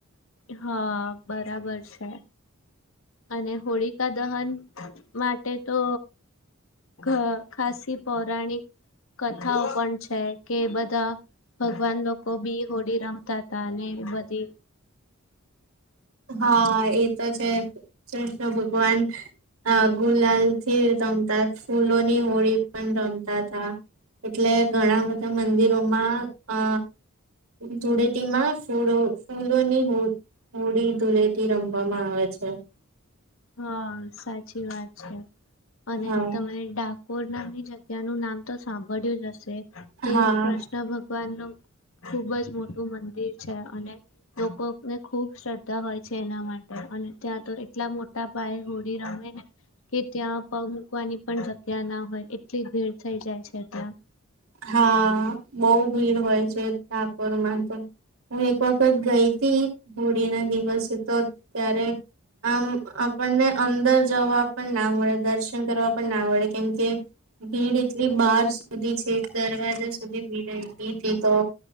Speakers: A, on the left; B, on the right.
A: હા બરાબર છે અને હોળીકા દહન માટે તો ગ ખાસી પૌરાણિક કથાઓ પણ છે કે બધા ભગવાન લોકો બી હોડી રમતા હતા અને બધી
B: હા એ તો છે કૃષ્ણ ભગવાન અ ગુલાલ થી રમતા ફૂલોની હોળી પણ રમતા હતા એટલે ઘણા બધા મંદિરોમાં અ ધુળેટીમાં ફૂળો ફૂલોની હો હોળી ધુળેટી રમવામાં આવે છે
A: હા સાચી વાત છે અને
B: હા
A: તમે ડાકોર ના બી જગ્યા નું નામ તો સાંભળ્યું જ હશે તે
B: હા
A: કૃષ્ણ ભગવાન નું ખુબ જ મોટું મંદિર છે અને લોકોને ખુબ શ્રદ્ધા હોય છે એના માટે અને ત્યાં તો એટલા મોટા પાયે હોડી રમે ને કે ત્યાં પગ મૂકવાની પણ જગ્યા ના હોય એટલી ભીડ થઈ જાય છે ત્યાં
B: હા બઉ ભીડ હોય છે ડાકોર માં તો હું એક વખત ગઈ હતી હોડી ના દિવસે તો ત્યારે આમ આપણને અંદર જવા પણ ના મળે દર્શન કરવા પણ ના મળડે કેમ કે ભીડ એટલી બાર સુધી છે દરવાજા સુધી ભીડ થી તો